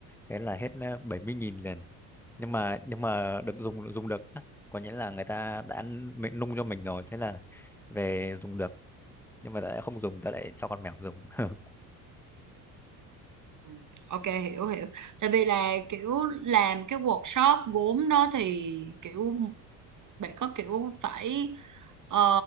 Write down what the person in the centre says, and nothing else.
thế là hết ờ, 70 nghìn liền nhưng mà nhưng mà được dùng dùng được á. có nghĩa là người ta đã ăn mình, nung cho mình rồi thế là về dùng được nhưng mà đã không dùng ta lại cho con mèo dùng <laughs>